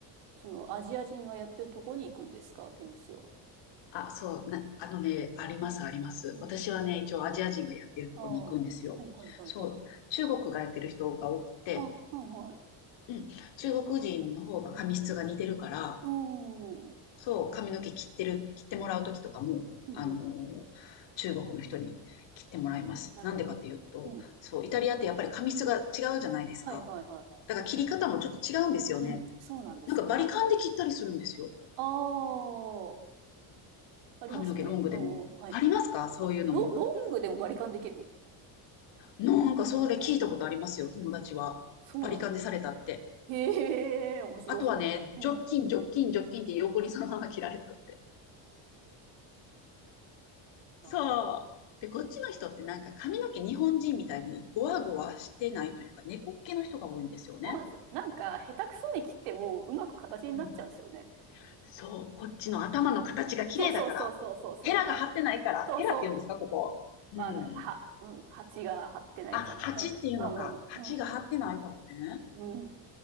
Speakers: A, on the right (about 90°); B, on the left (about 65°).
A: そのアジア人がやってるとこに行くんですか美容室は。
B: あ、そう、な、あのね、あります、
A: うんうん
B: あります。私はね、一応アジア人がやってるとこに行くんですよ。
A: ああ、はいはいはいはい。
B: そう、中国がやってる人が多くて、
A: あ、はいはい。
B: うん、中国人の方が髪質が似てるから、
A: うーん。
B: そう、髪の毛切ってる、切ってもらう時とかも、
A: うんうん。
B: あのー中国の人に切ってもらいます。
A: なるほど。
B: なんでかっていうと、
A: うん。
B: そう、イタリアってやっぱり髪質が違うじゃないですか。
A: はいはいはいは
B: だから切り方もちょっと違うんですよね。
A: い。うん。そうなんですよね。
B: なんかバリカンで切ったりするんですよ。
A: ああ、ありますね。
B: 髪の毛ロングでも。
A: うんうん。はい。
B: ありますかそういうのも。
A: あ、ロ、ロングでもバリカンできる
B: なんかそれ聞いたことありますよ、
A: あ、
B: 友達は。
A: そうなんだ。
B: バリカンでされたって。
A: へえ、面白い。
B: あとはね、
A: うん。
B: ジョッキン、ジョッキン、ジョッキンって横にそのまま切られたって。
A: あ
B: そう。で、こっちの人ってなんか髪の毛日本人みたいにゴワゴワしてないというか、
A: ー、うん。うん
B: 猫っ毛の人が多いんですよね。
A: そうなんですよ。なんか、下手くそに切ってもうまく形になっちゃうんですよね。
B: うん。そう。こっちの頭の形が綺麗だから。
A: そうそうそうそうそう、それもある。
B: ヘラが張ってないから。
A: そうそう
B: ヘラって言うんですか、ここ。うん。
A: まあ、な、は、うん、蜂が張ってないみたいな。
B: あ、鉢っていうのか。
A: うん、う
B: 鉢が張ってないからね。
A: んうん、うん、うん、